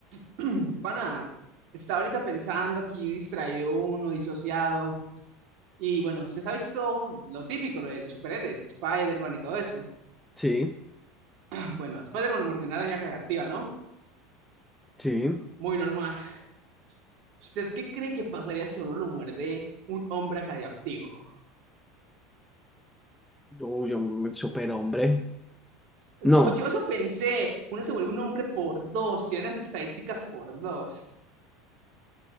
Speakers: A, on the right; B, in the centre.
A: <clears throat> Pana, está ahorita pensando aquí distraído uno, disociado. Y bueno, usted ha visto lo típico, lo de los superhéroes, Spider-Man y todo eso.
B: Sí,
A: <clears throat> Bueno, a Spider-Man mordió una araña radiactiva, ¿no?
B: sí.
A: Muy normal. <laughs> ¿Usted qué cree que pasaría si a uno lo muerde un hombre radioactivo?
B: Uy, un superhombre.
A: Yo,
B: No,
A: yo eso pensé, uno se vuelve un hombre por dos, tiene las estadísticas por dos.